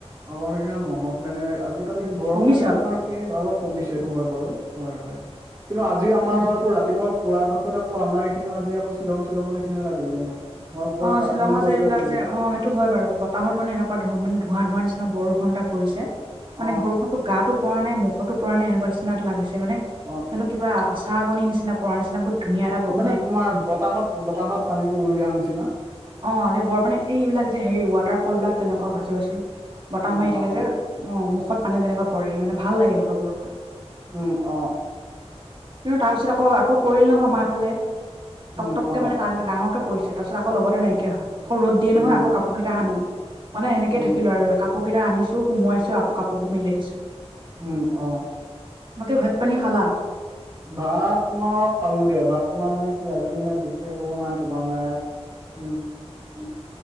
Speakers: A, on the right (about 30°); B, on the right (about 45°).
A: আগৰ নিচিনা নহয় মানে, আজিকালি
B: উম
A: গৰম
B: কমিছে
A: মানে,
B: অলপ
A: তোমাৰ অলপ কমিছে, এইটো হয় বাৰু। হয়, হয়! কিন্তু, আজি আমাৰ
B: উম,
A: আকৌ, ৰাতিপুৱা পুৱা ভাগত আকৌ, আমাৰ এইখিনিও আজি, আকৌ, শ্বিলং-শ্বিলঙৰ নিচিনা লাগিলে, মোৰ। মই পূৰা
B: অ
A: কাপোৰ
B: শ্বিলঙৰ যে
A: লৈ পেলাই,
B: এইবিলাক
A: শুই
B: যে
A: আ
B: অ সেইটো হয় বাৰু। বতাহত মানে, এনেকুৱা ধোঁ মানে, ধোঁৱা-ধোঁৱা নিচিনা বৰষুণ এটা পৰিছে। মানে,
A: অ
B: বৰষুণটো গাটো পৰা নাই, মুখতো পৰা নাই। এনেকুৱা, নিচিনা এটা লাগিছে। মানে,
A: অ
B: এইটো
A: অ
B: কিবা আছে। <unintelligible> নিচিনা পৰা নিচিনা বহুত ধুনীয়া এটা ব-
A: মানে তোমাৰ, বতাহত-বতাহত পানীটো উৰি অহা নিচিনা।
B: অ'! আজি বৰ মানে, এইবিলাক যে, সেৰি, ৱাটাৰ ফল বিলাক তেনেকুৱা হয়, চাবচোন? বতাহ
A: উম
B: মাৰি থাকে
A: অ
B: যে। অ'! মুখত পানী তেনেকুৱা পৰেহি। মানে, ভাল লাগে এনেকুৱা বৰষুণ।
A: উম, অ'!
B: কিন্তু, তাৰপিছত আকৌ, আকৌ পৰিল নহয় আমাৰ ফালে।
A: উম
B: পটককে
A: অ
B: মানে, ডাঙ-ডাঙৰকে পৰিছে। তাৰ পিছত, আকৌ লগতে নাইকিয়া হয়। আকৌ ৰ'দ দিয়ে
A: উম
B: নহয়, আকৌ কাপোৰ কেইটা আনোঁ। মানে, সেনেকে
A: উম
B: থাকিলোঁ আৰু। কাপোৰ কেইটা আনিছোঁ, সোমোৱাইছোঁ। আকৌ, কাপোৰ বোৰ মেলি দিছোঁ।
A: উম, অ'!
B: বাকী ভাত-পানী খালা?
A: ভাত, তোমাৰ খালোঁ দিয়া। ভাত তোমাৰ মানে, কি আজি মানে, বিশেষ একো নাই, তোমাৰ মানে। উম। <unintelligible>